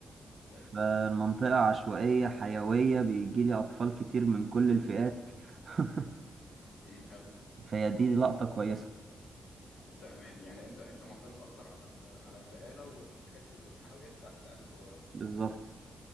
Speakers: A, on the left (about 80°); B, on the right (about 55°).
A: كويس
B: فالمنطقة عشوائية حيوية بيجيلي اطفال كتير من كل الفئات <laughs>
A: امم حلو
B: فهي دي لقطة كويسة
A: تمام يعني انت انت معتمد اكتر على ال- على البقاله والحاجات الحلويات بتاعت العيال الصغيره والكلام
B: بالظبط
A: ده